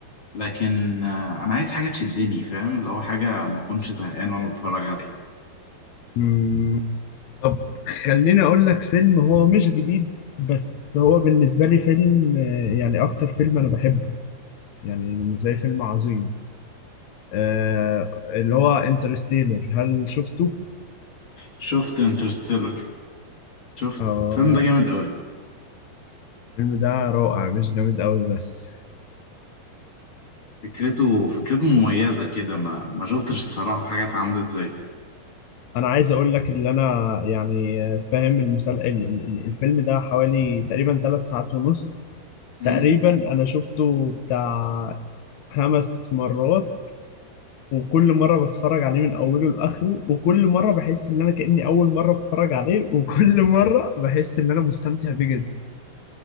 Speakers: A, on the left; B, on the left.
A: لكن آه، أنا عايز حاجة تشدني فاهم لو حاجة ما أكونش زهقان وأنا بتفرج عليها
B: م، طب خليني اقول لك فيلم هو مش جديد بس هو بالنسبة لي فيلم آه، يعني اكتر فيلم انا بحبه يعني بالنسبة لي فيلم عظيم آه اللي هو انترستيلر هل شفته؟
A: شفت انترستيلر شفته
B: آه
A: الفيلم ده جامد أوي
B: الفيلم ده رائع مش جامد قوي بس
A: فكرته فكرته مميزة كده ما ما شفتش الصراحة حاجة اتعملت زيه
B: انا عايز اقول لك ان انا يعني فاهم المسل... ال- ال- ال- الفيلم ده حوالي تقريبا ثلاث ساعات ونص
A: مم.
B: تقريبا انا شفته بتاع خمس مرات وكل مرة بتفرج عليه من اوله لاخره وكل مرة بحس ان انا كأني اول مرة بتفرج عليه وكل <laughs> مرة بحس ان انا مستمتع بيه جدا